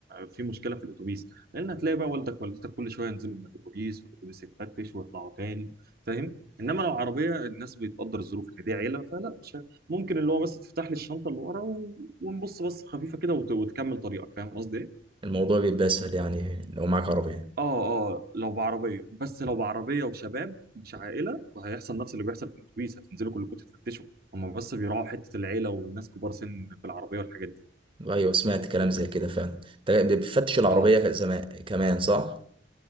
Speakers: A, on the right; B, on the right.
A: في مشكله في الاتوبيس لان هتلاقي بقى والدك والدتك كل شويه ينزلوا من الاتوبيس والاتوبيس يتفتش ويطلعوا تاني فاهم انما لو عربيه الناس بتقدر الظروف ان دي عيله فلا مش ه- ممكن اللي هو بس تفتح لي الشنطه اللي ورا و... ونبص بص خفيفه كده وت... وتكمل طريقك فاهم قصدي ايه
B: الموضوع بيبقى اسهل يعني لو معاك عربيه
A: اه اه لو بعربيه بس لو بعربيه وشباب مش عائله وهيحصل نفس اللي بيحصل في الاتوبيس هتنزلوا كلكم تتفتشوا هم بس بيراعوا حته العيله والناس كبار سن في العربيه والحاجات دي
B: ايوه سمعت كلام زي كده فعلا انت بتفتش العربيه
A: اه
B: زمان كمان صح